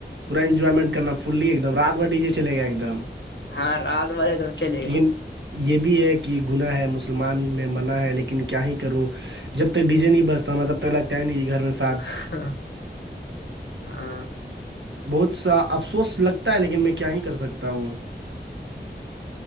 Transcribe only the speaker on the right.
پورا انجوائمنٹ کرنا فلی ایک دم رات بھر ڈی جے چلے گیا ایک دم
لیکن
یہ بھی ہے کہ گناہ ہے مسلمان میں منع ہے لیکن کیا ہی کروں جب تک ڈی جے نہیں بستا ہوا تب تک لگتا ہے نہیں کہ گھر میں س
بہت سا افسوس لگتا ہے لیکن میں کیا ہی کر سکتا ہوں